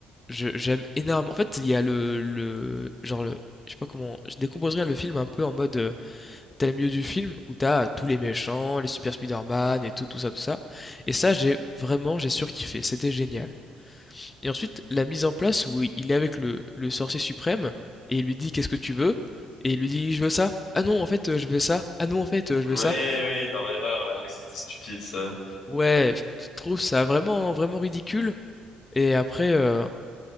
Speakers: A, on the left; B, on the left.
A: je- J'aime énormément. En fait, il y a le, le. Genre, le. Je sais pas comment. Je décomposerais le film un peu en mode. euh, T'as le milieu du film où t'as tous les méchants, les Super Spider-Man et tout, tout ça, tout ça. Et ça, j'ai vraiment, j'ai surkiffé. C'était génial. Et ensuite, la mise en place où il est avec le, le sorcier suprême et il lui dit qu'est-ce que tu veux? Et il lui dit je veux ça. Ah non, en fait, euh, je veux ça. Ah non, en fait, euh, je
B: Oui,
A: veux
B: oui,
A: ça.
B: leur erreur là, oui, c'était stupide ça.
A: Ouais, je trouve ça vraiment, vraiment ridicule. Et après, euh,